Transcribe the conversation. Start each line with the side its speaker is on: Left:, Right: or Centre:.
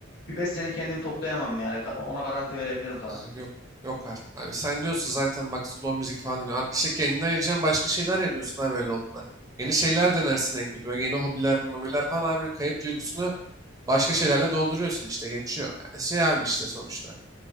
Left: bir beş sene kendimi toplayamam yani. Ona garanti verebilirim sana.
Right: Abi yok. Yok artık. Abi sen diyorsun zaten bak slow müzik falan diyor. Abi işte kendini ayıracaksın başka şeyler yapıyorsun abi öyle olduğunda. Yeni şeyler denersin en kötü. Böyle yeni hobiler, mobiler falan abi kayıp duygusunu başka şeylerle dolduruyorsun işte geçiyor. Yani şey abi işte sonuçta.